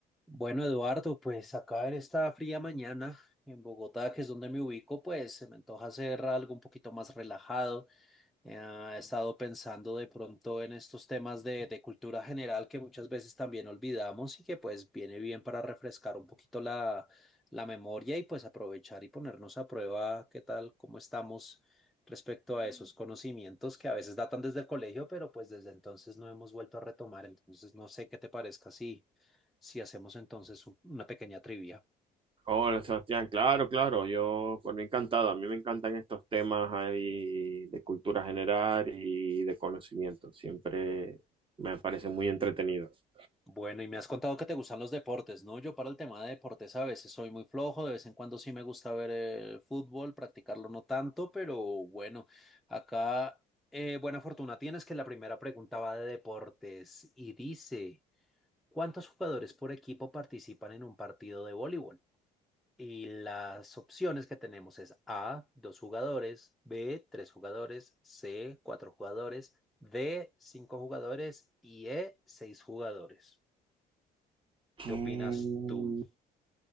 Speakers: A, in the centre; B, on the right (about 30°).
A: Bueno, Eduardo, pues acá en esta fría mañana en Bogotá, que es donde me ubico, pues se me antoja hacer algo un poquito más relajado. Eh, he estado pensando de pronto en estos temas de, de cultura general que muchas veces también olvidamos y que pues viene bien para refrescar un poquito la, la memoria y pues aprovechar y ponernos a prueba qué tal, cómo estamos respecto a esos conocimientos que a veces datan desde el colegio, pero pues desde entonces no hemos vuelto a retomar. Entonces no sé qué te parezca si, si hacemos entonces un- una pequeña trivia.
B: Hola, Sebastián, claro, claro, yo por mí encantado, a mí me encantan estos temas ahí de cultura general y de conocimiento, siempre me parecen muy entretenidos.
A: Bueno, y me has contado que te gustan los deportes, ¿no? Yo para el tema de deportes a veces soy muy flojo, de vez en cuando sí me gusta ver el fútbol, practicarlo no tanto, pero bueno, acá eh, buena fortuna tienes que la primera pregunta va de deportes y dice, ¿cuántos jugadores por equipo participan en un partido de voleibol? Y las opciones que tenemos es A, dos jugadores, B, tres jugadores, C, cuatro jugadores, D, cinco jugadores y E, seis jugadores. ¿Qué
B: Mm,
A: opinas tú?